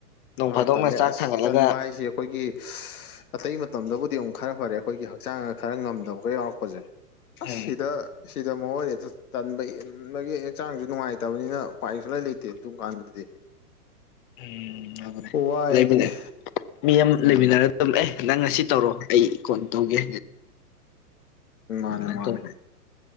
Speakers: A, on the left (about 35°); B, on the left (about 65°).
A: ꯅꯣꯡ
B: ꯑꯥ
A: ꯐꯥꯗꯣꯛꯅ
B: ꯇꯜꯂꯦ
A: ꯆꯥꯛ
B: ꯑꯁ
A: ꯊꯥꯡꯒꯠꯂꯒ
B: ꯇꯟꯕ ꯍꯥꯏꯁꯦ ꯑꯩꯈꯣꯏꯒꯤ ꯁ ꯑꯇꯩ ꯃꯇꯝꯗꯕꯨꯗꯤ ꯑꯃꯨꯛ ꯈꯔ ꯐꯔꯦ꯫ ꯑꯈꯣꯏꯒꯤ ꯍꯛꯆꯥꯡ ꯈꯔ ꯉꯝꯗꯕꯒ ꯌꯥꯎꯔꯛꯄꯖꯦ ꯑꯁ
A: ꯎꯝ
B: ꯁꯤꯗ ꯁꯤꯗ ꯃꯑꯣꯏꯔꯦ ꯖ ꯇꯟꯕ ꯏꯟꯕꯒꯤ ꯍꯛꯆꯥꯡꯁꯨ ꯅꯨꯡꯉꯥꯏꯇꯕꯅꯤꯅ ꯎꯄꯥꯏ ꯁꯨꯡꯂꯥꯏ ꯂꯩꯇꯦ ꯑꯗꯨꯨꯝ ꯀꯥꯟꯗꯗꯤ <inaudible>
A: ꯎꯝ
B: ꯋꯥꯏ
A: ꯂꯩꯕꯅꯦ
B: ꯑꯗꯨꯅꯤ
A: ꯃꯤ ꯑꯃ
B: ꯎꯝ
A: ꯂꯩꯃꯤꯟꯅꯔ ꯇꯨꯝ ꯑꯦ ꯅꯪ ꯉꯁꯤ ꯇꯧꯔꯣ ꯑꯩ ꯀꯣꯟ ꯇꯧꯒꯦ
B: ꯃꯥꯅꯦ
A: ꯑꯗꯨꯃꯥꯏꯅ
B: ꯃꯥꯅꯦ
A: ꯇꯧꯕ